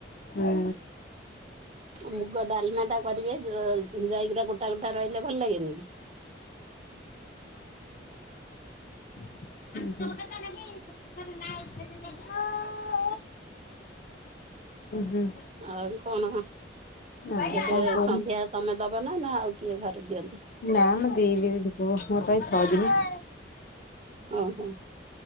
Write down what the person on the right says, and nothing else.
ମୁଗ ଡାଲମା ଟା କରିବେ। ଯ ଯ ଜାଇକିରା ଗୋଟା ଗୋଟା ରହିଲେ, ଭଲ ଲାଗେନି କି?
ଆଉ କଣ?
ଏବେ
ସନ୍ଧ୍ୟା ତମେ ଦବ ନା ନା ଆଉ? କିଏ ଘରେ ଦିଅନ୍ତି
ଓହୋ!